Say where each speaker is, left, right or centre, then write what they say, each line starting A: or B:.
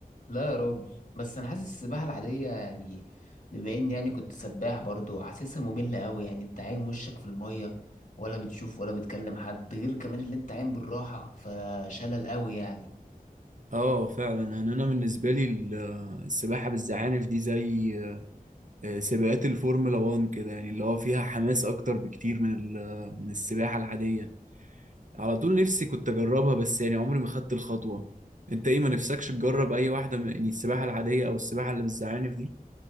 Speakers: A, on the left; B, on the right.
A: لا يا راجل بس انا حاسس السباحه العاديه يعني بما اني يعني كنت سباح برضو حاسسها ممله قوي يعني انت عايم وشك في الميه ولا بتشوف ولا بتكلم حد غير كمان اللي انت عايم بالراحه فشلل قوي يعني
B: اه فعلا يعني انا بالنسبه لي ال- السباحه بالزعانف دي زي آه، سباقات الفورمولا 1 كده يعني اللي هو فيها حماس اكتر بكتير من ال- من السباحة العادية على طول نفسي كنت اجربها بس يعني عمري ما خدت الخطوة انت ايه ما نفسكش تجرب اي واحدة من يعني السباحة العادية او السباحة اللي بالزعانف دي